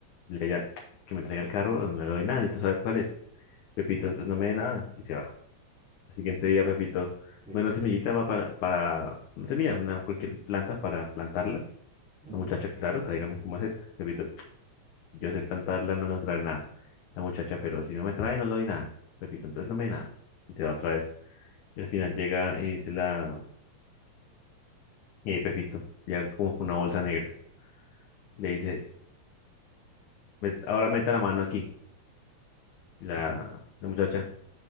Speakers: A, on the left; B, in the centre.
A: Y ella, que me traiga el carro, no le doy nada, necesito saber cuál es. Pepito, entonces no me dé nada. Y se va. El siguiente día, Pepito,
B: sí.
A: bueno, semillita va para, para una semilla, una, cualquier planta para plantarla.
B: ujú,
A: La muchacha, claro, tráigame tu maceta. Pepito, yo sé plantarla, no la trae nada. La muchacha, pero si no me trae, no le doy nada. Pepito, entonces no me dé nada. Y se va otra vez. Y al final llega y dice la... Y ahí Pepito, llega como con una bolsa negra. Le dice, "Met- ahora meta la mano aquí. Y la,
B: ujú.
A: la muchacha,